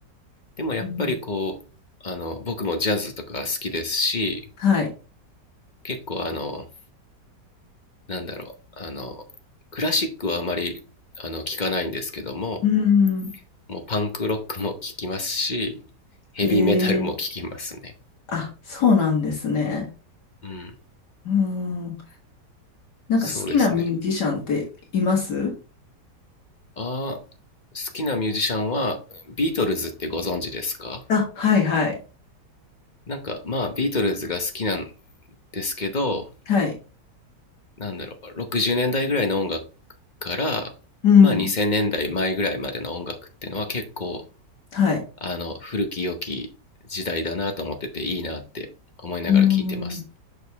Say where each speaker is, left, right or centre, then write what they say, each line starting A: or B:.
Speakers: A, on the left; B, on the left.
A: でもやっぱりこう、
B: うん
A: あの、僕もジャズとか好きですし、
B: はい。
A: 結構あの、なんだろう、あの、クラシックはあまり、あの、聞かないんですけども、
B: うーん、
A: もうパンクロックも聞きますし、ヘビーメタルも聞きますね。
B: ええあ、そうなんですね。
A: うん。
B: うーん、なんか好きなミュージシャンっています
A: そうですね。ああ、好きなミュージシャンは、ビートルズってご存知ですか
B: あ、はい、はい。
A: なんかまあビートルズが好きなんですけど
B: はい。
A: なんだろう60年代ぐらいの音楽から、
B: うん、
A: まあ、2000年代前ぐらいまでの音楽っていうのは結構
B: はい。
A: あの古き良き時代だなと思ってていいなって思いながら聴いてます。
B: うーん、